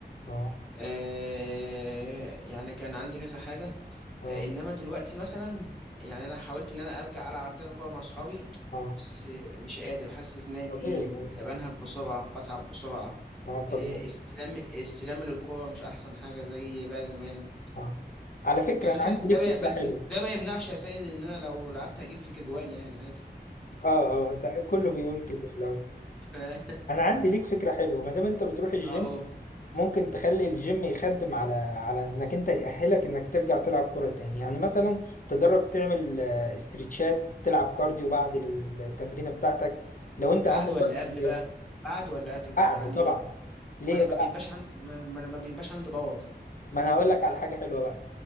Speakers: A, on the left (about 50°); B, in the centre.
A: اه
B: آه، يعني كان عندي كذا حاجة
A: اه
B: انما دلوقتي مثلا يعني انا حاولت ان انا ارجع العب تاني كورة مع اصحابي
A: اه
B: بس مش قادر حاسس ان انا تقيل
A: طبيعي يعني
B: بنهج بسرعة بتعب بسرعة
A: اه طبيعي
B: آه، استلام استلام للكورة مش احسن حاجة زي بقى زمان
A: اه على فكره
B: بس
A: انا
B: يا سيد
A: عندي ليك
B: ده ما
A: فكره
B: بس
A: حلوه
B: ده ما يمنعش يا سيد ان انا لو لعبت هجيب فيك اجوان يعني عادي
A: اه اه ده كله بيقول كده لو
B: <laughs> اه
A: انا عندي ليك فكره حلوه ما دام انت بتروح الجيم
B: اه
A: ممكن تخلي الجيم يخدم على على انك انت يأهلك انك ترجع تلعب كرة تاني يعني مثلا تجرب تعمل آه، استرتشات تلعب كارديو بعد التمرينة بتاعتك لو انت
B: بعد
A: عندك
B: ولا
A: وقت
B: قبل
A: زيادة
B: بقى بعد ولا قبل
A: بعد
B: يعني
A: طبعا ليه
B: ما انا ما
A: بقى
B: بيبقاش عندي ما ما انا ما بيبقاش عندي باور
A: ما انا هقول لك على حاجة حلوة بقى.